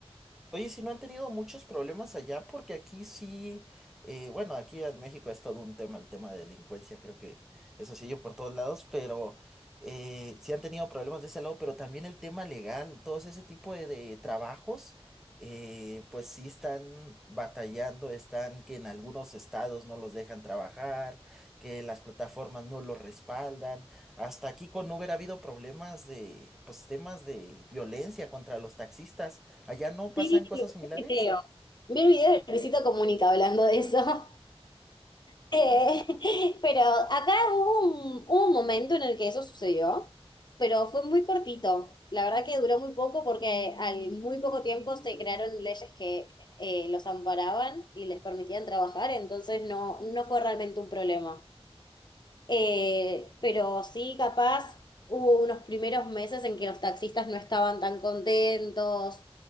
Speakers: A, in the centre; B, on the left (about 45°).
A: Oye, si no han tenido muchos problemas allá, porque aquí sí, eh, bueno, aquí en México es todo un tema, el tema de delincuencia, creo que eso sigue por todos lados, pero eh, sí han tenido problemas de ese lado, pero también el tema legal, todos ese tipo de, de trabajos, eh, pues sí están batallando, están que en algunos estados no los dejan trabajar, que las plataformas no los respaldan, hasta aquí con Uber ha habido problemas de, pues temas de violencia contra los taxistas ¿Allá no pasan
B: Sí,
A: cosas
B: lo que
A: similares?
B: pasa creo. Vi el video de Luisito Comunica hablando de eso, <laughs> Eh, pero acá hubo un, hubo un momento en el que eso sucedió, pero fue muy cortito. La verdad que duró muy poco porque al muy poco tiempo se crearon leyes que eh, los amparaban y les permitían trabajar, entonces no, no fue realmente un problema. Eh, pero sí, capaz hubo unos primeros meses en que los taxistas no estaban tan contentos